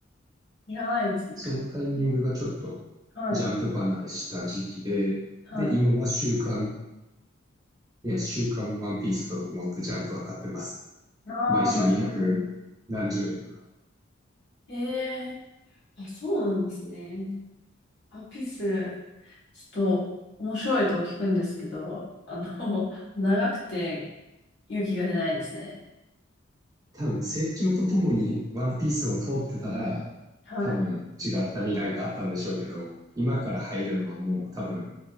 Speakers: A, on the left; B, on the right.
A: いらないですね。
B: そのタイミングがちょっと
A: 勝手にはい、
B: ジャンプ離れした時期で、
A: はい。
B: で、今は週刊、いや、週刊ワンピースと思ってジャンプは買ってます。
A: ああ、
B: 毎週200何十円か。
A: なるほど。ええーあ、そうなんですね。ワンピース。ちょっと面白いとは聞くんですけど、あの、<laughs> 長くて勇気が出ないですね。
B: 多分成長とともにワンピースを通ってたら、
A: はい。
B: 多分違った未来があったんでしょうけど、今から入るのはもう多分